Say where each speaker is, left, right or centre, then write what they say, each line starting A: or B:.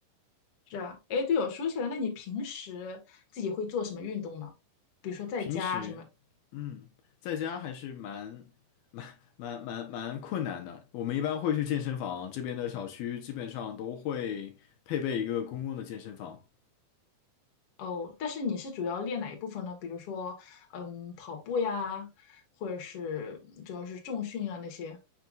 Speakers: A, on the left; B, on the left.
A: 是啊，哎，对哦，说起来，那你平时自己会做什么运动吗？比如说在家什么？
B: 平时，嗯，在家还是蛮蛮蛮蛮蛮困难的。我们一般会去健身房，这边的小区基本上都会配备一个公共的健身房。
A: 哦，但是你是主要练哪一部分呢？比如说，嗯，跑步呀，或者是主要是重训啊那些。